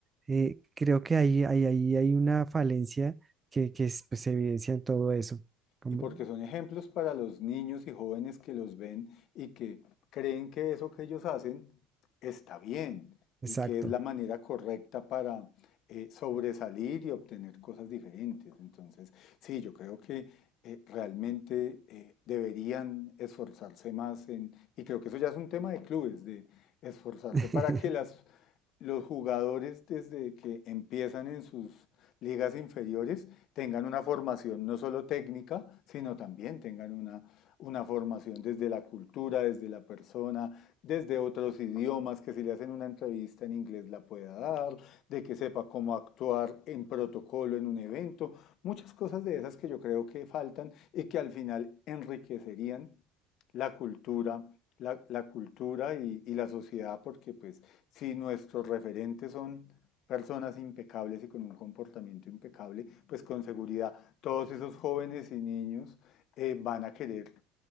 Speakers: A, on the right; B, on the left.
A: eh, creo que ahí, ahí, ahí hay una falencia que, que es- pues, se evidencia en todo eso. Como,
B: Y porque son ejemplos para los niños y jóvenes que los ven y que creen que eso que ellos hacen está bien y
A: exacto.
B: que es la manera correcta para eh, sobresalir y obtener cosas diferentes. Entonces, sí, yo creo que eh, realmente eh, deberían esforzarse más en, y creo que eso ya es un tema de clubes, de esforzarse
A: <laughs>
B: para que las, los jugadores desde que empiezan en sus ligas inferiores tengan una formación no solo técnica, sino también tengan una, una formación desde la cultura, desde la persona, desde otros idiomas, que si le hacen una entrevista en inglés la pueda dar, de que sepa cómo actuar en protocolo en un evento, muchas cosas de esas que yo creo que faltan y que al final enriquecerían la cultura, la, la cultura y, y la sociedad, porque pues si nuestros referentes son personas impecables y con un comportamiento impecable, pues con seguridad todos esos jóvenes y niños eh, van a querer